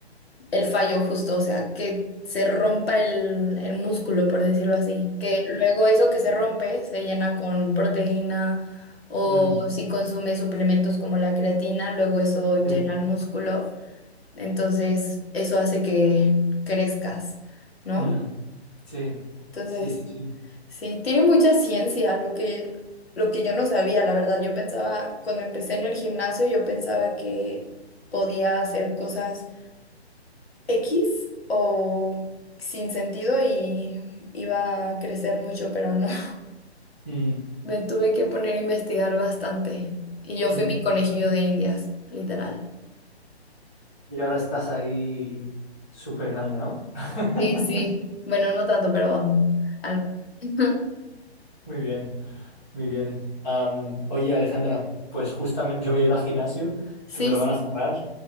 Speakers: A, on the left; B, in the centre.
A: el fallo justo, o sea, que se rompa el, el músculo, por decirlo así, que luego eso que se rompe se llena con proteína o
B: mm,
A: si consume suplementos como la creatina, luego eso
B: bien,
A: llena el músculo, entonces eso hace que crezcas, ¿no?
B: mm, sí,
A: Entonces,
B: sí, sí, sí.
A: sí, tiene mucha ciencia lo que, lo que yo no sabía, la verdad, yo pensaba, cuando empecé en el gimnasio, yo pensaba que podía hacer cosas X o sin sentido y iba a crecer mucho, pero no. <laughs>
B: Mm,
A: Me tuve que poner a investigar bastante y yo
B: mm.
A: fui mi conejillo de Indias, literal.
B: Y ahora estás ahí súper grande, ¿no? <laughs>
A: Sí, sí. Bueno, no tanto, pero um, algo. <laughs>
B: Muy bien, muy bien. Am, oye, Alejandra, pues justamente voy a ir al gimnasio,
A: Sí,
B: que me lo
A: sí,
B: van a cerrar.